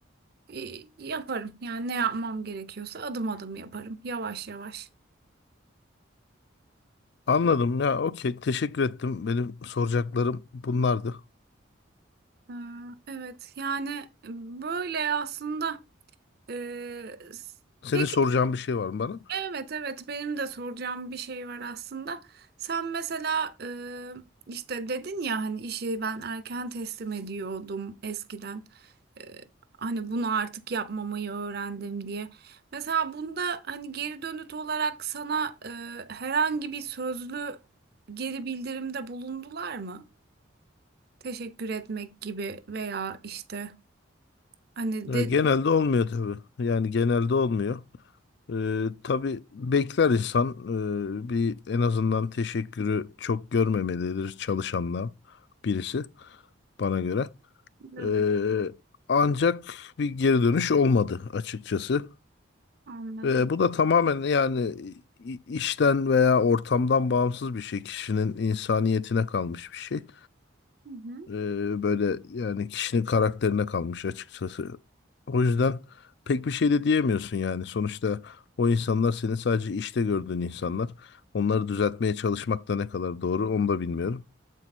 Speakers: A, on the right (about 50°); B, on the left (about 55°).
A: e, yaparım. Yani ne yapmam gerekiyorsa adım adım yaparım. Yavaş yavaş.
B: Anladım ya okey teşekkür ettim. Benim soracaklarım bunlardı.
A: Ee, Evet yani e, böyle aslında e, s-
B: Senin
A: peki
B: soracağın bir şey var mı bana?
A: evet evet benim de soracağım bir şey var aslında. Sen mesela e, işte dedin ya hani işi ben erken teslim ediyordum eskiden. E, hani bunu artık yapmamayı öğrendim diye. Mesela bunda hani geri dönüt olarak sana e, herhangi bir sözlü geri bildirimde bulundular mı? Teşekkür etmek gibi veya işte. Hani
B: E,
A: de
B: genelde olmuyor tabii. Yani genelde olmuyor. E, tabii bekler insan e, bir en azından teşekkürü çok görmemelidir çalışanla birisi bana göre.
A: evet,
B: Ee, ancak bir geri dönüş olmadı açıkçası.
A: anladım.
B: Ee, bu da tamamen yani i- işten veya ortamdan bağımsız bir şey. Kişinin insaniyetine kalmış bir şey.
A: Hı hı.
B: Ee, böyle yani kişinin karakterine kalmış açıkçası. O yüzden pek bir şey de diyemiyorsun yani. Sonuçta o insanlar senin sadece işte gördüğün insanlar. Onları düzeltmeye çalışmak da ne kadar doğru onu da bilmiyorum.